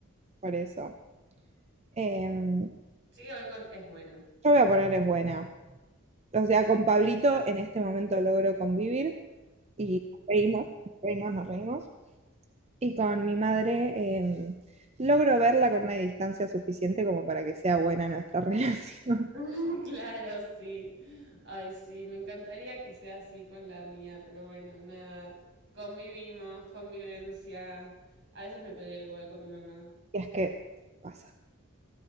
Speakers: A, on the right; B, on the right.
A: Por eso. Em,
B: Sí que voy con es buena.
A: Yo voy a poner es buena. O sea, con Pablito en este momento logro convivir y reímos, reímos, nos reímos. Y con mi madre eh, logro verla con una distancia suficiente como para que sea buena nuestra <laughs> relación.
B: <laughs> Claro, sí. Ay, sí, me encantaría que sea así con la mía, pero bueno, nada. Convivimos, convivencia. A veces me peleo igual con mi mamá.
A: Y es que pasa.